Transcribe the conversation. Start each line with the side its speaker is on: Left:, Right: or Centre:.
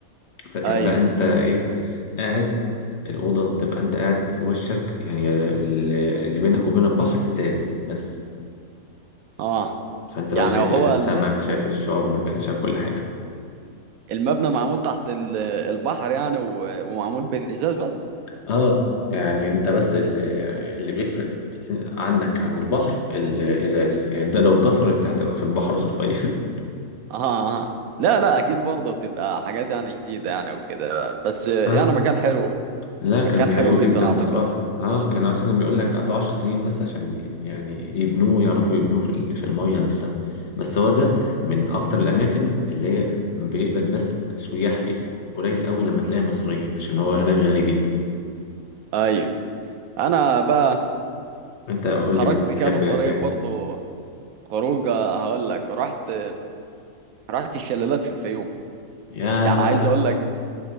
Left: فكان
Right: ايوه
Left: بقى انت ايه قاعد الاوضه بتبقى انت قاعد وشك يعني ال- اللي بينك وبين البحر ازاز بس
Right: اه
Left: فانت بقى
Right: يعني
Left: شايف
Right: هو
Left: السمك
Right: ال-
Left: شايف الشعاب مرجانيه شايف كل حاجه
Right: المبنى معمول تحت ال- البحر يعني و- ومعمول بالازاز بس
Left: اه يعني انت بس ال- اللي بيفرق عنك عن البحر الازاز يعني ده لو كسر انت هتبقى في البحر حرفيا
Right: اه اه لا لا اكيد برضه بتبقى حاجات يعني جديده يعني وكده بس يعني
Left: <laughs>
Right: مكان حلو
Left: لا كان
Right: مكان
Left: حلو
Right: حلو جدا
Left: جدا
Right: اعتقد
Left: بصراحة اه كان اساسا بيقول لك قعدوا عشر سنين بس عشان ي- يعني يبنوه يعرفوا يبنوه في ال- في المية نفسها بس هو ده من اكتر الاماكن اللي هي بيقبل بس سياح فيها قليل قوي لما تلاقي مصريين عشان هو هناك غالي جدا
Right: ايوه انا بقى
Left: انت قول
Right: خرجت
Left: لي بتحب
Right: كده من قريب
Left: فين
Right: برضه خروجه هقول لك رحت رحت الشلالات في الفيوم
Left: ياه
Right: يعني عايز اقول لك